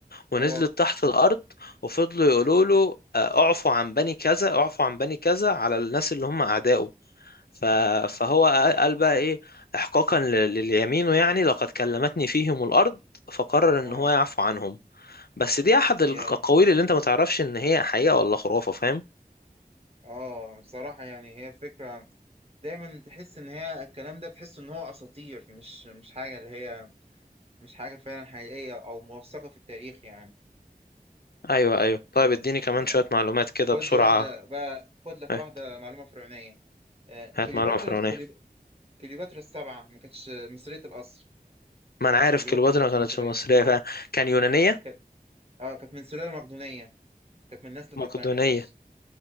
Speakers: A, on the left; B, on the right.
A: ونزلت
B: اه
A: تحت الأرض وفضلوا يقولوا له آه، اعفوا عن بني كذا اعفوا عن بني كذا على الناس اللي هم أعدائه ف- فهو قال بقى إيه إحقاقا لل- لليمينه يعني لقد كلمتني فيهم الأرض فقرر إن
B: اه
A: هو يعفو عنهم بس دي أحد الأقاويل
B: يا
A: اللي أنت ما تعرفش إن هي حقيقة ولا خرافة فاهم؟
B: اه بصراحة يعني هي الفكرة دايما تحس ان هي الكلام ده بتحس ان هو اساطير مش مش حاجه اللي هي مش حاجه فعلا حقيقيه او موثقه في التاريخ يعني
A: أيوه أيوه طيب اديني كمان
B: تمام
A: شوية معلومات كده
B: خد
A: بسرعة
B: لي واحده بقى خد لك
A: إيه،
B: واحده معلومه فرعونيه آه،
A: هات
B: كليوباترا
A: معلومة فرعونية
B: كليو- كليوباترا السبعه ما كانتش مصريه الاصل
A: ما انا عارف
B: كليوباترا
A: كليوباترا
B: ما كانتش
A: ما كانتش
B: مصريه
A: مصرية
B: اه
A: فعلا كان يونانية
B: كانت اه كانت من سلاله مقدونيه كانت من نسل
A: مقدونية
B: بطليموس